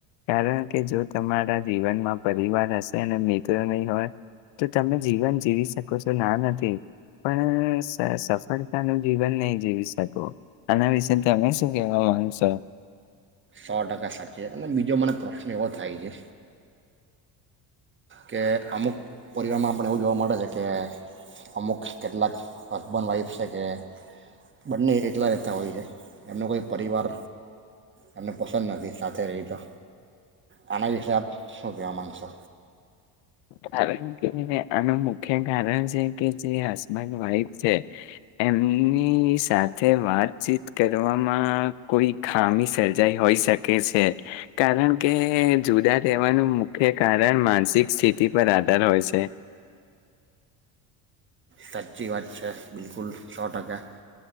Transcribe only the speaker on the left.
કારણ કે જો તમારા જીવનમાં પરિવાર હશે અને મિત્રો નહી હોય તો તમે જીવન જીવી શકો છો ના નથી પણ સ-સફળતાનું જીવન નહીં જીવી શકો. આના વિશે તમે શું કેહેવા માંગશો?
કારણ કે આનું મુખ્ય કારણ છે કે જે હસબન્ડ વાઈફ છે એમની સાથે વાતચીત કરવામાં કોઈ ખામી સર્જાઈ હોઈ શકે છે કારણ કે જુદા રહેવાનું મુખ્ય કારણ માનસિક સ્થિ તી પર આધાર હોય છે.